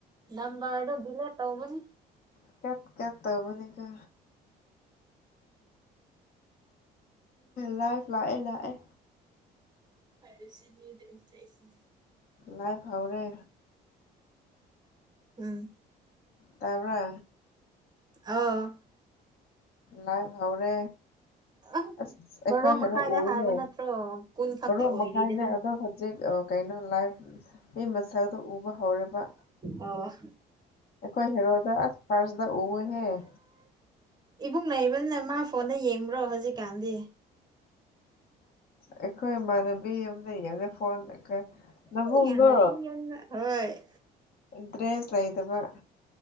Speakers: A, on the right; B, on the left.
A: ꯅꯝꯕꯥꯔꯗꯣ ꯗꯤꯂꯦꯠ ꯇꯧꯕꯅꯤ
B: <unintelligible> ꯇꯧꯕꯅꯤꯗ ꯂꯥꯏꯐ ꯂꯥꯛꯑꯦ ꯂꯥꯛꯑꯦ
A: <unintelligible>
B: ꯂꯥꯏꯐ ꯍꯥꯎꯔꯦ
A: ꯎꯝ
B: ꯇꯥꯕ꯭ꯔ
A: ꯑꯧ
B: ꯂꯥꯏꯐ ꯍꯧꯔꯦ
A: ꯑ
B: ꯑꯁ ꯑꯩꯈꯣꯏ
A: ꯕꯥꯔꯣ
B: ꯍꯦꯔꯣ
A: ꯃꯈꯥꯏꯗ
B: ꯎꯨꯢꯅꯦ
A: ꯍꯥꯏꯕ ꯅꯠꯇ꯭ꯔꯣ ꯀꯨꯟ ꯈꯛꯇ
B: ꯕꯥꯔꯣ
A: ꯑꯣꯏꯔꯤꯗꯅ
B: ꯃꯈꯥꯏꯅꯦ ꯑꯗꯣ <unintelligible> ꯖꯤꯛ ꯀꯩꯅꯣ ꯂꯥꯏꯐ ꯃꯤ ꯃꯁꯛꯗ ꯎꯕ ꯍꯧꯔꯦꯕ
A: ꯑꯧ ꯑꯥ
B: ꯑꯩꯈꯣꯏ ꯍꯦꯔꯣꯗ ꯑꯁ ꯐꯥꯔꯁꯇ ꯎꯋꯦꯍꯦ
A: ꯏꯕꯨꯡ ꯂꯩꯕꯅꯤꯅ ꯃꯥ ꯐꯣꯟꯗ ꯌꯦꯡꯕ꯭ꯔꯣ ꯍꯧꯖꯤꯛꯀꯥꯟꯗꯤ
B: ꯑꯩꯈꯣꯏ ꯏꯃꯥꯟꯅꯕꯤ ꯌꯨꯝꯗꯩ ꯌꯦꯡꯉ ꯐꯣꯟ ꯅꯕꯨꯡꯗꯣ
A: ꯌꯥꯅꯔꯤ ꯌꯨꯝꯗ ꯍꯣꯏ
B: ꯢꯟꯇ꯭ꯔꯦꯁ ꯂꯩꯗꯕ